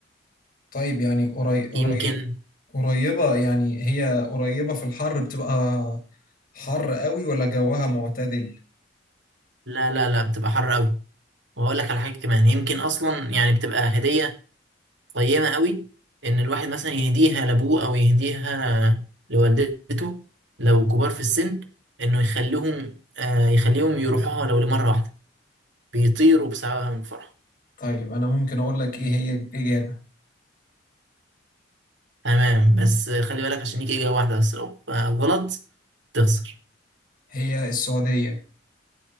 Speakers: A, on the left; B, on the right.
A: طيب يعني قريب قريب
B: يمكن
A: قريبة يعني هي قريبة في الحر بتبقى حر قوي ولا جوها معتدل
B: لا لا لا بتبقى حر قوي وهقول لك على حاجة كمان يمكن أصلا يعني بتبقى هدية قيمة قوي إن الواحد مثلا يهديها لأبوه أو يهديها لوالدته لو كبار في السن إنه يخليهم آه يخليهم يروحوها لو لمرة واحدة بيطيروا بسببها من الفرحة
A: طيب أنا ممكن أقول لك إيه هي الإجابة
B: تمام بس خلي بالك عشان ليك إجابة واحدة بس لو غلط تخسر
A: هي السعودية